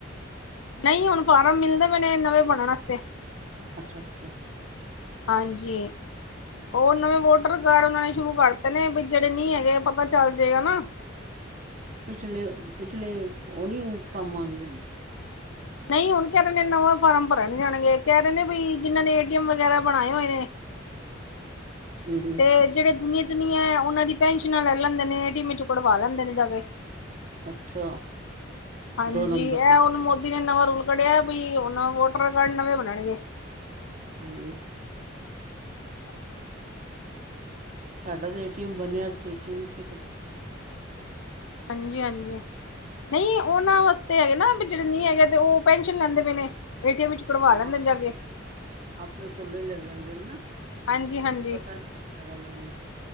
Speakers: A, on the left; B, on the right.
A: ਨਹੀਂ ਹੁਣ ਫਾਰਮ, ਦਾ ਮੈਨਣੇ ਨਵੇਂ ਬਣਨ ਵਾਸਤੇ
B: ਅੱਛਾ-ਅੱਛਾ,
A: ਹਾਂਜੀ, ਉਹ ਨਵੇਂ ਵੋਟਰ ਕਾਰਡ ਬਣਾਣੇ ਸ਼ੁਰੂ ਕਰਤੇ ਨੇ ਵੀ ਜਿਹੜੇ ਨਹੀਂ ਹੈਗੇ ਪਤਾ ਚੱਲ ਜਾਏਗਾ ਨਾ,
B: ਪਿਛਲੇ-ਪਿਛਲੇ ਉਹ ਨਹੀਂ ਕੰਮ ਆਣਗੇ ਹੁਣ
A: ਨਹੀਂ ਹੁਣ ਕਹਿੰਦੇ ਨੇ ਨਵਾਂ, ਫਾਰਮ ਭਰਨ ਜਾਣਗੇ ਕਹਿ ਰਹੇ ਨੇ ਵੀ ਈ ਜਿਹਨਾਂ ਨੇ ਏਟੀਐਮ ਵਗੈਰਾ ਬਣਾਏ ਹੋਏ ਨੇ,
B: ਹਮ ਹਮ
A: ਤੇ ਜਿਹੜੇ ਦੁਨੀਆਂ ਚ ਨੀ ਹੈ ਉਹਨਾਂ ਦੀ ਪੈਨਸ਼ਨਾਂ ਲੈ ਲੈਂਦੇ ਨੇ ਏਟੀਮ ਚੋਂ ਕਢਵਾ ਲੈਂਦੇ ਨੇ ਜਾ ਕੇ
B: ਅੱਛਾ
A: ਹਾਂਜੀ
B: ਦੋ ਨੰਬਰ
A: ਇਹ
B: ਤੇ
A: ਹੁਣ ਮੋਦੀ ਨੇ ਨਵਾਂ, ਰੂਲ ਕੱਢਿਆ ਵੀ ਹੁਣ ਵੋਟਰ ਕਾਰਡ ਨਵੇਂ ਬਣਨਗੇ।
B: ਠੀਕ
A: ਹ
B: ਸਾਡਾ ਤਾਂ ਏਟੀਐਮ ਬਣਿਆ ਅਸੀਂ ਏਟੀਐਮ ਵਿੱਚ
A: ਹਾਂਜੀ-ਹਾਂਜੀ, ਨਹੀਂ ਉਹਨਾਂ ਵਾਸਤੇ ਹੈਗੇ ਨਾ ਜਿਹੜੇ ਨਹੀਂ ਹੈਗੇ ਤੇ ਉਹ ਪੈਨਸ਼ਨ ਲੈਂਦੇ ਪਏ ਨੇ, ਏਟੀਐਮ ਵਿੱਚ ਕਢਵਾ
B: ਹਾਂ
A: ਲੈਂਦੇ ਜਾ ਕੇ
B: ਆਪਣੇ ਕੋਲੋਂ ਹੀ ਲੈ ਲੈਂਦੇ ਨਾ
A: ਹਾਂਜੀ-ਹਾਂਜੀ,
B: ਪਤਾ ਨੀ ਹੈਗਾ ਉਹਨਾਂ ਨੂੰ,